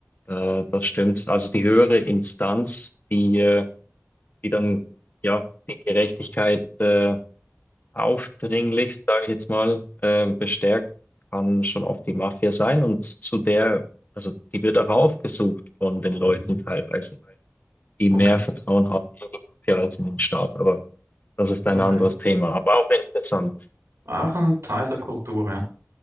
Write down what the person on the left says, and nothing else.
äh, das stimmt. Also die höhere Instanz, die äh, die dann ja die Gerechtigkeit äh, aufdringlichst, sage ich jetzt mal, äh, bestärkt, kann schon oft die Mafia sein und zu der, also die wird auch aufgesucht von den Leuten
teilweise, weil die
mehr Vertrauen haben in die Mafia als in den Staat. Aber das ist ein
anderes Thema, aber auch interessant.